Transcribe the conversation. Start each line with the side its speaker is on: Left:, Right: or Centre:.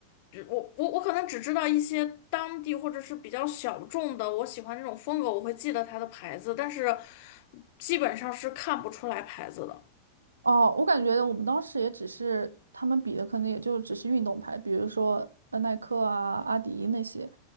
Left: 就我我我可能只知道一些当地或者是比较小众的，我喜欢那种风格，我会记得它的牌子，但是基本上是看不出来牌子的。
Right: 哦，我感觉我们当时也只是他们比的，可能也就只是运动牌，比如说呃耐克啊、阿迪那些，